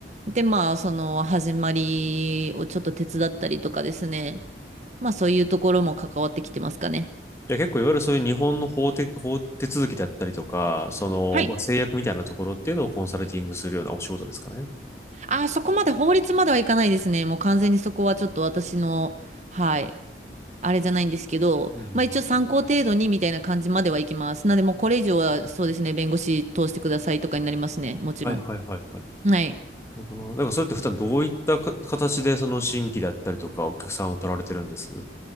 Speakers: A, on the right; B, on the left.
A: で、まあ、その始まりをちょっと手伝ったりとかですね。まあ、そういうところも関わってきてますかね。
B: じゃあ結構いわゆるそういう日本の法手、法手続きだったりとか、その、
A: はい。
B: まあ、制約みたいなところっていうのをコンサルティングするようなお仕事ですかね。
A: あー、そこまで法律まではいかないですね。もう完全にそこはちょっと私の、はい、あれじゃないんですけど、
B: うんうんうん
A: まあ一応参考程度にみたいな感じまではいきます。なんで、もうこれ以上はそうですね、弁護士通してくださいとかになりますね。もちろん。
B: はいはいはいはい。
A: はい。
B: なるほどななんかそれって普段どういったか形でその新規だったりとかお客さんを取られてるんです